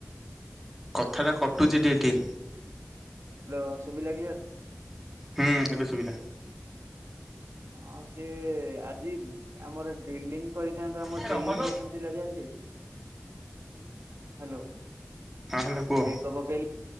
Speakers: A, in the centre; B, on the right (about 60°).
A: କଥା ଟା କଟୁଛି ଟିଏ ଟିଏ।
B: ହ୍ୟାଲୋ ସୁବିଲା କ୍ଲିୟର୍।
A: ହୁଁ ଏବେ ସୁବିଲା।
B: ହଁ ସିଏ ଆଜି ଆମର ଡ୍ରିଲିଂ କରିଥାନ୍ତୁ ଆମର
A: ହଁ
B: ଡେଲିଂ
A: ହଁ
B: ସେକ୍ସନ ଥିଲା ଯେ ଆଜି। ହାଲୋ
A: ହ୍ୟାଲୋ କୁହ
B: ଆ ମେଘ ପକେଇ